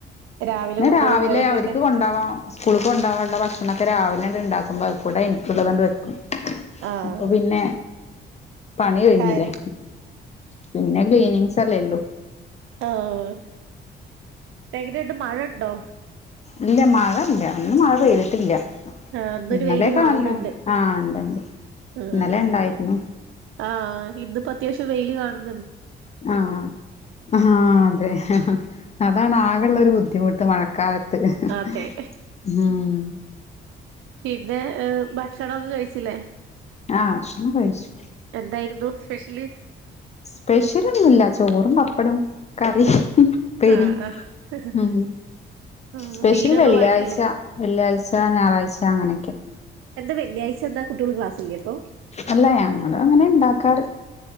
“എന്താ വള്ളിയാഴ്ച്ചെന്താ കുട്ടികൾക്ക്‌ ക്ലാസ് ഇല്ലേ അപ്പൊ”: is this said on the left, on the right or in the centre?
Right